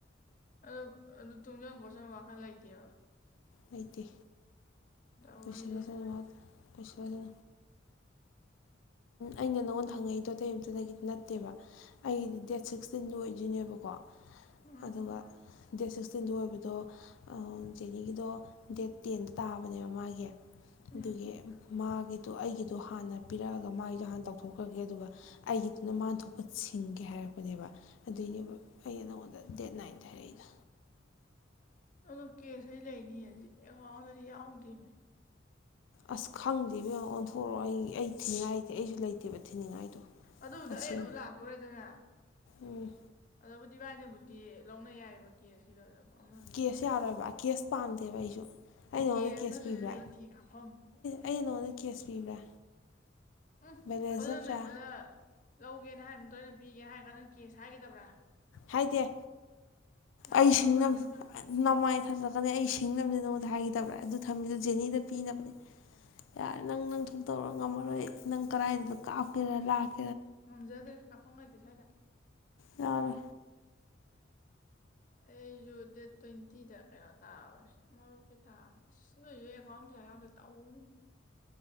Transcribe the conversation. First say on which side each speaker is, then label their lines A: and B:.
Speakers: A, on the left; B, on the left.
A: ꯑꯗꯨ ꯑꯗꯨ ꯇꯨꯡꯖꯟ ꯈꯣꯠꯆꯟꯕ ꯋꯥꯈꯜ ꯂꯩꯇꯦꯕ
B: ꯂꯩꯇꯦ
A: ꯇꯧꯔꯤꯁꯦ
B: ꯂꯣꯏꯁꯤꯜꯂꯁꯤꯅ ꯂꯣꯏꯁꯤꯜꯂꯁꯤꯅ ꯑꯩꯅ ꯅꯪꯉꯣꯟꯗ ꯍꯪꯉꯛꯏꯗꯣꯇꯇꯩꯝꯇꯅꯒꯤ ꯅꯠꯇꯦꯕ ꯑꯩꯒꯤꯗꯤ ꯗꯦꯠ ꯁꯤꯛꯁꯇꯤꯟ ꯑꯣꯏꯗꯣꯏꯅꯦꯕꯀꯣ
A: ꯎꯝ
B: ꯑꯗꯨꯒ ꯗꯦꯠ ꯁꯤꯛꯁꯇꯤꯟꯗꯨ ꯑꯣꯏꯕꯗꯣ ꯆꯦꯅꯤꯒꯤꯗꯣ ꯗꯦꯠ ꯇꯦꯟꯗ ꯇꯥꯕꯅꯦꯕ ꯃꯥꯒꯤ
A: ꯎꯝ
B: ꯑꯗꯨꯒꯤ ꯃꯥꯒꯤꯗꯣ ꯑꯩꯒꯤꯗꯣ ꯍꯥꯟꯅ ꯄꯤꯔꯛꯑ ꯑꯗꯨꯒ ꯃꯥꯏꯗꯣ ꯍꯥꯟ ꯇꯧꯊꯣꯛꯈ꯭ꯔꯒꯦ ꯑꯗꯨꯒ ꯑꯩꯒꯤꯗꯨꯅ ꯃꯥꯅ ꯊꯣꯛꯄ ꯁꯤꯡꯒꯦ ꯍꯥꯏꯔꯛꯄꯅꯦꯕ ꯑꯗꯨꯏꯅꯦꯕ ꯑꯩꯩꯅ ꯅꯪꯉꯣꯟꯗ ꯗꯦꯠ ꯅꯥꯏꯟꯗ ꯍꯥꯏꯔꯛꯏꯗ
A: <inaudible> ꯑꯗꯣ ꯀꯦꯁ ꯑꯩ ꯂꯩꯅꯤ ꯍꯧꯖꯤ ꯑꯦꯀꯥꯎꯟꯗꯗꯤ ꯌꯥꯎꯗ꯭ꯔꯤꯅꯦ
B: ꯑꯁ ꯈꯪꯗꯦꯕ ꯑꯣꯟꯊꯣꯔꯛꯑꯣ ꯑꯩ ꯑꯩ ꯊꯤꯉꯥꯏꯇꯦ ꯑꯩꯁꯨ ꯂꯩꯇꯦꯕ ꯊꯤꯅꯤꯡꯉꯥꯏꯗꯣ
A: ꯑꯗꯨꯕꯨꯗꯤ
B: ꯇꯁꯦꯡꯅ
A: ꯑꯩ ꯑꯗꯨ ꯂꯥꯛꯇꯣꯔꯦꯗꯅ
B: ꯎꯝ
A: ꯑꯗꯨꯕꯨꯗꯤꯚꯥꯏꯅꯦꯕꯨ ꯗꯤ ꯂꯧꯅ ꯌꯥꯏꯑꯕ ꯀꯦꯁꯀꯤꯗꯣ ꯑꯗꯨꯝ ꯑꯃꯗꯨꯒꯤ
B: ꯀꯦꯁ ꯌꯥꯔꯣꯏꯕ ꯀꯦꯁ ꯄꯥꯟꯝꯗꯦꯕ ꯑꯩꯁꯨ ꯑꯩ
A: ꯑꯣꯀꯦ
B: ꯅꯉꯣꯟꯗ
A: ꯑꯗꯨ
B: ꯀꯦꯁ
A: ꯅꯠꯇꯗꯤ
B: ꯄꯤꯕ꯭ꯔꯥ
A: ꯂꯩꯇꯦ ꯀꯥꯞꯐꯝ
B: ꯑꯩ ꯅꯉꯣꯟꯗ ꯀꯦꯁ ꯄꯤꯕ꯭ꯔꯥ
A: ꯎꯝ
B: ꯕꯦꯂꯦꯟꯁ
A: ꯑꯗꯨꯅ
B: ꯅꯠꯇ꯭ꯔꯥ
A: ꯅ ꯑꯩꯉꯣꯟꯗ ꯂꯧꯒꯦꯅ ꯍꯥꯏꯕꯇ ꯑꯣꯏꯅ ꯄꯤꯒꯦ ꯍꯥꯏꯔ ꯀꯥꯟꯗ ꯀꯦꯁ ꯍꯥꯏꯒꯗꯕ꯭ꯔꯥ
B: ꯍꯥꯏꯗꯤꯦ
A: ꯅꯥꯆꯦ
B: ꯑꯩ
A: ꯑꯗꯨꯝ
B: ꯁꯤꯡꯅꯕ
A: ꯊꯥꯖꯤꯟꯒꯦ ꯂꯥꯎ
B: ꯅꯃꯥꯏ ꯊꯥꯖꯛꯀꯅꯤ ꯑꯩ ꯁꯤꯡꯅꯕꯅꯦ ꯅꯉꯣꯟꯗ ꯍꯥꯏꯈꯤꯗꯕ꯭ꯔꯥ ꯑꯗꯨ ꯊꯝꯃꯤꯗꯣ ꯖꯦꯅꯤꯗ ꯄꯤꯅꯕꯅꯦ ꯌꯥꯔꯦ ꯅꯪ ꯅꯪ ꯊꯣꯛꯇꯧꯔꯣ ꯉꯝꯃꯔꯣꯏ ꯅꯪ ꯀꯗꯥꯏꯗꯣ ꯀꯥꯞꯀꯦꯔꯥ ꯂꯥꯛꯀꯦ
A: ꯉꯝꯖꯗ꯭ꯔꯦ ꯀꯥꯈꯐꯝ ꯂꯩꯇꯦ ꯁ꯭ꯋꯥꯏꯗ
B: ꯑ
A: ꯑꯩꯁꯨ ꯗꯦꯠ ꯇ꯭ꯋꯦꯟꯇꯤꯗ ꯀꯩꯅꯣ ꯇꯥꯕꯅꯦ ꯃꯣꯏꯕꯨ ꯀꯩ ꯇꯥ ꯁꯤ ꯂꯁꯨ ꯀꯣꯝ ꯗ <unintelligible> ꯇ ꯎꯅꯤ